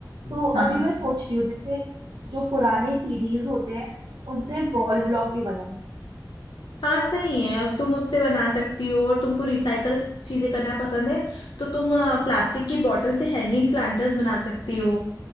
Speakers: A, on the right (about 80°); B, on the left (about 75°).
A: तो
B: हाँ
A: अभी मैं सोच रही हूँ जैसे जो पुराने सीडीज होते हैं उनसे वॉल ब्लॉक भी बनाऊं
B: हाँ सही है अब तुम उससे बना सकती हो और तुमको रिसाइकल चीजें करना पसंद है तो तुम प्लास्टिक की बॉटल से हैंगिंग प्लांटर्स बना सकती हो